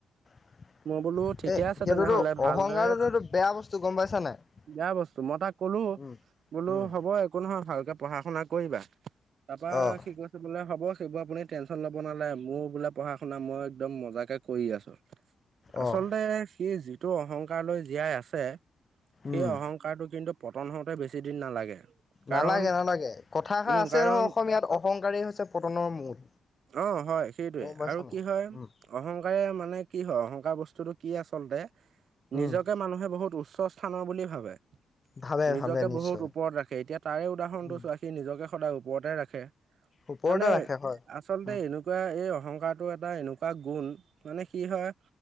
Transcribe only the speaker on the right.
মই বোলো ঠিকে
আছে
তেনেহ'লে ভালদৰে
বেয়া বস্তু। মই তাক ক'লো
বোলো
হ'ব একো নহয় ভালকে পঢ়া-শুনা কৰিবা। <unintelligible> তাৰপা
সি কৈ <unintelligible> বোলে হ'ব সেইবোৰ আপুনি টেনশ্যন ল'ব নালাগে। মোৰ বোলে পঢ়া-শুনা মই একদম মজাকে কৰি আছো। <inaudible> আচলতে
সি যিটো অহংকাৰলৈ জীয়াই আছে সেই
অহংকাৰ <inaudible> কাৰটো কিন্তু পতন হওঁতে বেছি দিন নালাগে। কাৰণ
উম
কাৰণ
অ' হয় সেইটোৱে
আৰু
কি হয়
অহংকাৰে মানে কি হয় অহংকাৰ বস্তুটো কি আচলতে নিজকে
মানুহে বহুত উচ্চ স্থানৰ বুলি ভাবে
নিজকে
বহুত ওপৰত ৰাখে এতিয়া তাৰে উদাহৰণ
টো চোৱা সি নিজকে সদায় ওপৰতে ৰাখে
মানে
আ চলতে
এনেকুৱা এই অহংকাৰটো এটা এনেকুৱা গুণ মানে কি হয়